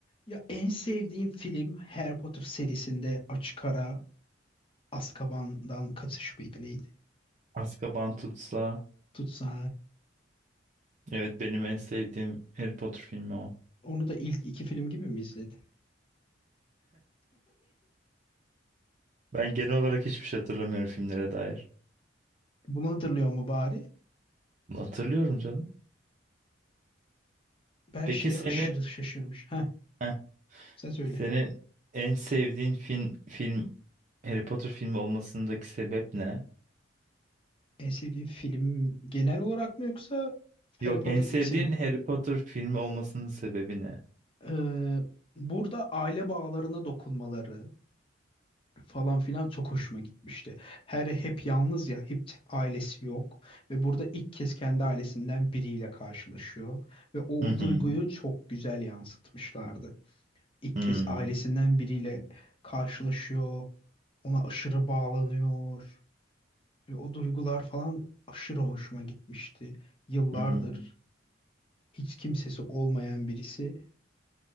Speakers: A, on the left; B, on the right.
A: Ya en sevdiğim film Harry Potter serisinde Açık Ara Azkaban'dan Kaçış mıydı neydi?
B: Azkaban tutsa.
A: Tutsa
B: Evet benim en sevdiğim Harry Potter filmi o.
A: Onu da ilk iki film gibi mi izledin?
B: Ben genel olarak hiçbir şey hatırlamıyorum filmlere dair.
A: Bunu hatırlıyor mu bari?
B: Bunu hatırlıyorum canım.
A: Ben
B: Peki
A: şeye
B: senin
A: aşırı şaşırmış. Heh,
B: heh,
A: sen söyle.
B: senin en sevdiğin film film Harry Potter filmi olmasındaki sebep ne?
A: En sevdiğin film genel olarak mı yoksa Harry
B: Yok
A: Potter
B: en sevdiğin
A: için?
B: Harry Potter filmi olmasının sebebi ne?
A: Ee, burada aile bağlarına dokunmaları, falan filan çok hoşuma gitmişti. Her hep yalnız ya, hep ailesi yok ve burada ilk kez kendi ailesinden biriyle karşılaşıyor ve o
B: Hı hı.
A: duyguyu çok güzel yansıtmışlardı. İlk
B: Hmm,
A: kez ailesinden biriyle karşılaşıyor, ona aşırı bağlanıyor ve o duygular falan aşırı hoşuma gitmişti. Yıllardır
B: hmm.
A: hiç kimsesi olmayan birisi,